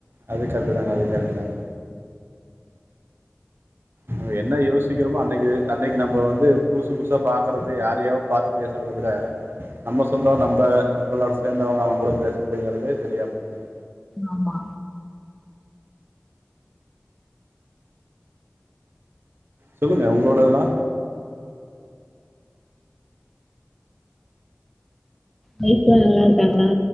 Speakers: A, on the right; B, in the centre.
A: அது கர்ட்டு தாங்க அது கரைட்டு தாங்க நம என்ன யோசிக்கிறோமோ அன்னைக்கு அன்னைக்கு நம்போ வந்து புதுசு புதுசா பாக்கறது யாரையோ பாத்து பேசுறத விட நம்ம சொந்தோ நம்ப நம்பளோ சேர்ந்தவங்க அவங்களோட பேசுறதுங்கறதே தெரியாமக்குது
B: ஆமா
A: சொல்லுங்க உங்களோடதுலா
B: வீட்ல நல்லா இருக்காங்களா